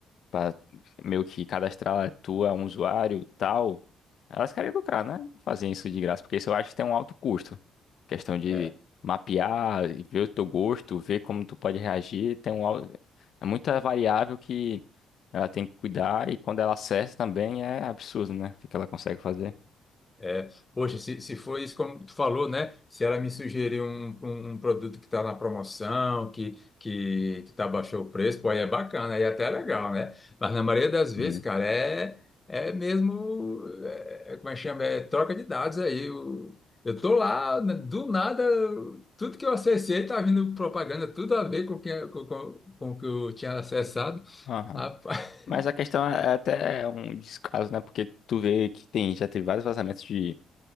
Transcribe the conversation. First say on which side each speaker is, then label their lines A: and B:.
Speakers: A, on the left (about 65°); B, on the left (about 20°).
A: pra meio que cadastrar tu é um usuário tal, elas querem lucrar, né? Fazer isso de graça, porque isso eu acho que tem um alto custo. Questão de
B: é.
A: mapear, e ver o teu gosto, ver como tu pode reagir, tem um al- é muita variável que ela tem que cuidar e quando ela acerta também é absurdo, né? O que que ela consegue fazer.
B: É, poxa, se, se for isso como tu falou, né? Se ela me sugerir um, um, um produto que está na promoção, que, que, que tá baixou o preço, pô, aí é bacana, aí até é legal, né? Mas na maioria das vezes,
A: Hum.
B: cara, é, é mesmo, é, é, como é que chama? É troca de dados aí. Eu, eu tô lá, né, do nada, tudo que eu acessei tá vindo propaganda, tudo a ver com o que, com, com, com o que eu tinha acessado.
A: Aham.
B: Rapaz.
A: Mas
B: <laughs>
A: a questão é até um descaso, né? Porque tu vê que tem, já teve vários vazamentos de